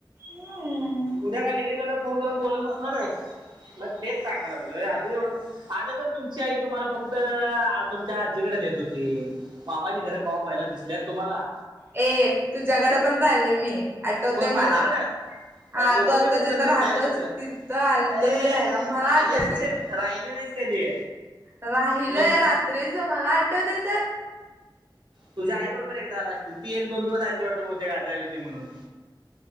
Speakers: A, on the right (about 25°); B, on the right (about 70°).
A: हम
B: उद्या काय लगीन झाल्यावर फोन करून बोलत बसणार आहे मग तेच सांगा लागलोयआदू एवढं आदोगर तुमची आई तुम्हांला फक्त तुमच्या आज्जीकडे नेत होती मामाची घर कवा पाहियला दिसल्यात तुम्हांला
A: ए तुझ्याकडे पण राहिलोय मी आठवतय
B: कोण माझ्याकडे
A: मला
B: त्या
A: हा
B: डोकं
A: तो आता
B: बिकं फिरलं
A: जिथं राहतोस
B: काय तुझं
A: तिथं आलतो
B: ए
A: मी राहायला मला
B: आली
A: आठवतंय
B: असतील राहिली नाहीस कधी
A: राहिलय
B: नुस-
A: रात्रीचं मला आठवतंय तर
B: तुझ्या आई बरोबर एकदा झाला असशील ती एक दोनदिवस आलती वाटत ती आजारी होतीम्हणून